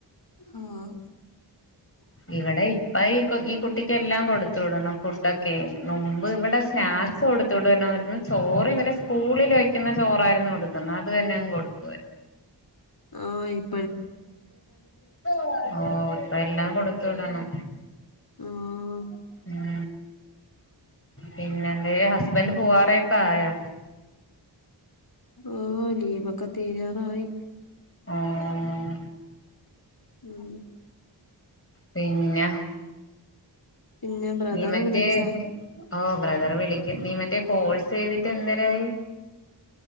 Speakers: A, on the left; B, on the left.
A: ആഹ്
B: ഇവിടെ ഇപ്പ ഈ ഈ കുട്ടിക്ക് എല്ലാം കൊടുത്തു വിടണം ഫുഡൊക്കെ മുമ്പ് ഇവിടെ സ്നാക്സ് കൊടു കൊത്തടു വരണമായിരുന്നു ചോറ് ഇവരെ സ്കൂളിൽോയ്ക്കുന്ന ചോറായിരുന്നു കൊടുക്കുന്നത് അത് തന്നെ അങ്ങ് കൊടുക്കുമായിരുന്നു
A: ഓ
B: ഉ ഓ ഇപ്പ എല്ലാം അത്തോടണം
A: ആഹ്
B: ഉ പിന്നെ എന്തായ ഹസ്ബന്റ് പോവാറൊക്കെ ആയാ
A: ഓ ലീവൊക്കെ തീരാറായി
B: ആഹ
A: ഉം
B: പിന്നെ
A: പിന്നെ ബ്രദറ്
B: നീ മറ്റേ
A: വിളിച്ചാ
B: ഓ ബ്രദർ വിളിക്ക നീ മറ്റേ കോഴ്സ് ചെയ്തിട്ട് എന്തേരായി